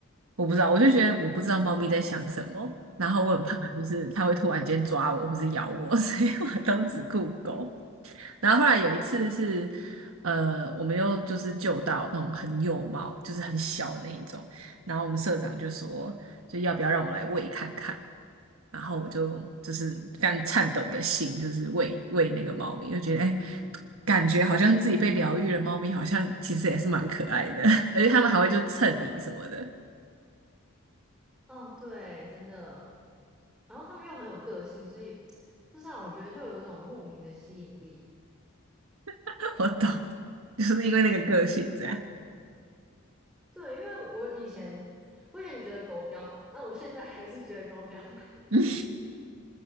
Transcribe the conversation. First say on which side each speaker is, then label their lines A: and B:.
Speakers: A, on the right; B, in the centre.
A: 我不知道，我就觉得我不知道猫咪在想什么，然后我很怕就是它会突然间抓我或是咬我，<laughs> 所以我都只顾狗。然后后来有一次是，呃，我们又就是救到那种很幼猫，就是很小那一种。然后我们社长就说，就要不要让我来喂看看？然后我就就是非常颤抖的心，就是喂喂那个猫咪，就觉得哎，感觉好像自己被疗愈了。猫咪好像其实也是蛮可爱的，<laughs> 而且它们还会就蹭你什么的。
B: <laughs> 哦，对，真的。然后他们又很有个性，所以不知道，我觉得就有一种莫名的吸引力。
A: <laughs> 我懂，<laughs> 就是因为那个个性这样。
B: 对，因为我以前我以前觉得狗比较烦，那我现在还是觉得狗比较烦。
A: <laughs> 嗯，